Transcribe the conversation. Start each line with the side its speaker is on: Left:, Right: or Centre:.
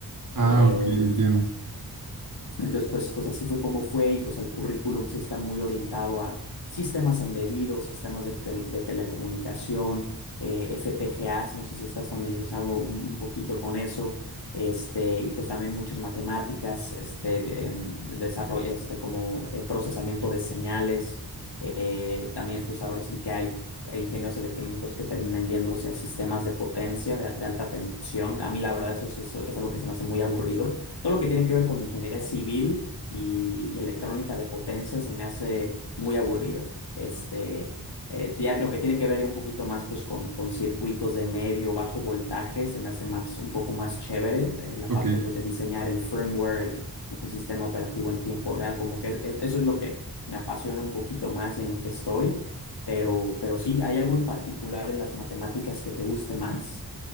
Right: Ah,
Left: Eh,
Right: ok, entiendo.
Left: entonces, pues, pues así fue como fue y pues el currículum sí está muy orientado a sistemas embebidos, sistemas de, tel- de telecomunicación, eh, FPGAs, no sé si estás familiarizado un, un poquito con eso, este, y pues también muchas matemáticas, este, em, desarrollo, este, como eh, procesamiento de señales. Eh, también, pues ahora sí que hay, hay ingenios electrónicos que terminan yéndose a sistemas de potencia, de, de alta tensión. A mí, la verdad, eso sí eso es algo que se me hace muy aburrido. Todo lo que tiene que ver con ingeniería civil y, y electrónica de potencia se me hace muy aburrido. Este, eh, ya lo que tiene que ver ya un poquito más, pues, con, con circuitos de medio, bajo voltaje, se me hace más, un poco más chévere. eh, la
Right: Ok.
Left: parte, pues, de diseñar el firmware, un sistema operativo en tiempo real, como que es- eso es lo que me apasiona un poquito más y en lo que estoy, pero, pero sí, ¿hay algo en particular en las matemáticas que te guste más?